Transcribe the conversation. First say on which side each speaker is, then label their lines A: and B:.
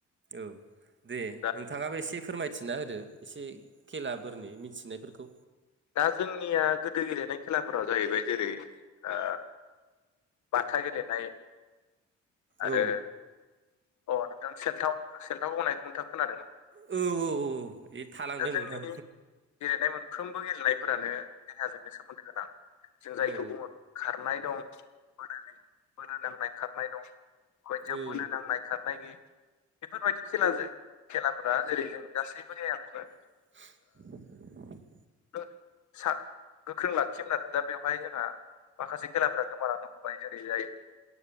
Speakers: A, on the right; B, on the left.
A: औ दे
B: दा
A: नोंथाङाबो एसे फोरमायथिना होदो एसे खेलाफोरनि मिथिनायफोरखौ
B: दा जोंनिया गोदो गेलेनाय खेलाफोरा जाहैबाय जेरै ओ बाथा गेलेनाय आरो
A: औ
B: अ नोंथां सेलथाव सेलथाव गावनायखौ नोंथां खोनादों
A: औ औ औ इ थालांदो
B: जोंनि
A: नोंथां
B: गेलेनाय मोनफ्रोमबो गेलेनायफोरानो देहाजोंनो सोमोन्दो गोनां जों जायखौ
A: औ
B: बुङो खारनाय दं बोलो नांनाय खारनाय दं बायदिया
A: औ
B: बोनो नांनाय खारनाय गैयै बेफोरबायदि खेलाजों खेलाफोरा जेरै जों गासैबो देहाखौनो
A: <inaudible>
B: ओ सा गोख्रों लाखियोमोन आरो दा बेवहाय जोंहा माखासे खेलाफोरा गोमालांनो हमबाय जेरै जाय